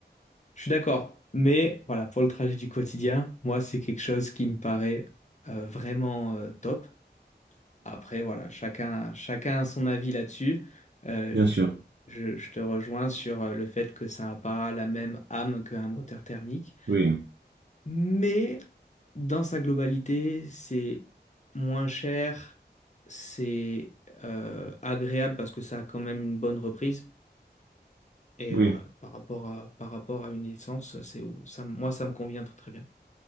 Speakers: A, on the left; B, on the right.
A: Je suis d'accord. Mais voilà, pour le trajet du quotidien, moi, c'est quelque chose qui me paraît euh, vraiment euh, top. Après, voilà, chacun, chacun a son avis là-dessus. Euh,
B: Bien
A: je,
B: sûr.
A: je- je te rejoins sur euh, le fait que ça n'a pas la même âme qu'un moteur thermique.
B: Oui,
A: Mais dans sa globalité, c'est moins cher, c'est euh, agréable parce que ça a quand même une bonne reprise. Et
B: oui.
A: voilà, par rapport à, par rapport à une essence, c'est, où- ça, moi, ça me convient très très bien.